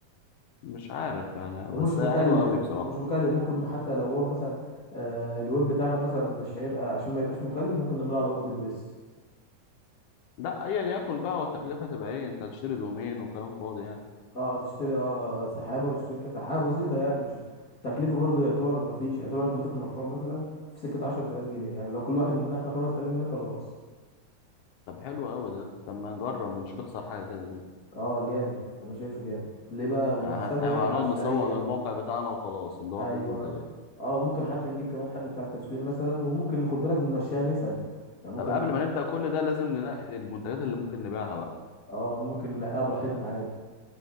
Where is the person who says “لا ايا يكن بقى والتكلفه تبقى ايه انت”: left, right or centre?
Left